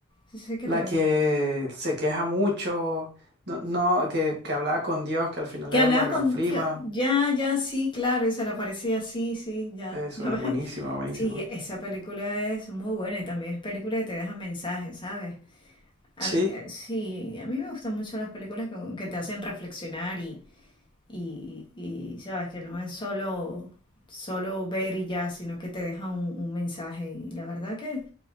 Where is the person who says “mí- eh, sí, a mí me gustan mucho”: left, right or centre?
Left